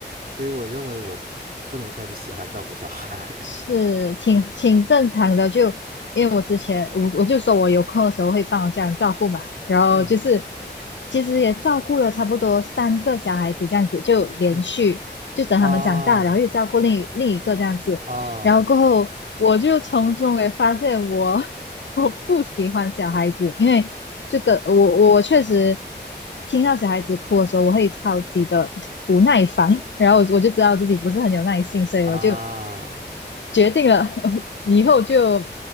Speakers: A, on the right; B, on the left.
A: 所以我认为我不能算是喜欢照顾小孩。<laughs>
B: 是挺挺正常的。就因为我之前我我就说我有空的时候会帮我家人照顾嘛，然后就是
A: 嗯。
B: 其实也照顾了差不多三个小孩子这样子，就连续就等他们长大，
A: 嗯。啊
B: 然后又照顾另一另一个这样子，
A: 哦
B: 然后过后我就从中也发现我 <laughs> 我不喜欢小孩子，因为。这个我我我确实听到小孩子哭的时候，我会超级的不耐烦，然后我就知道自己不是很有耐性，所以我就
A: 啊，
B: 决定了 <laughs> 以后就